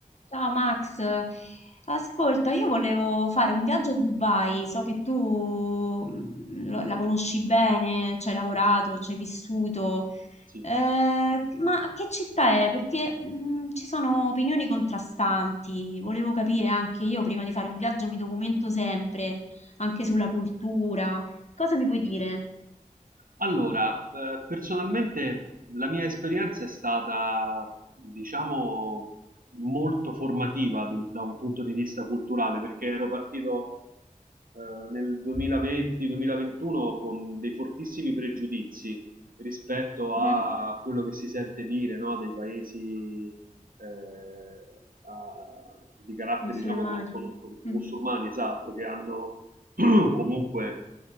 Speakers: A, on the left; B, on the right.
A: Ciao Max, ascolta, io volevo fare un viaggio a Dubai, so che tu mm, lo- la conosci bene, ci hai lavorato, ci hai vissuto,
B: Sì.
A: Eh, ma che città è? Perché mm, ci sono opinioni contrastanti, volevo capire anche io prima di fare un viaggio mi documento sempre, anche sulla cultura, cosa mi puoi dire?
B: Allora, eh, personalmente la mia esperienza è stata, diciamo, molto formativa de- da un punto di vista culturale, perché ero partito eh, nel 2020-2021 con dei fortissimi pregiudizi rispetto a
A: Mhm.
B: quello che si sente dire, no, dei paesi eh, a- di carattere,
A: Musulmani.
B: diciamo, con, con- con- musulmani,
A: Mm.
B: esatto, che hanno <clears throat> <coughs> comunque,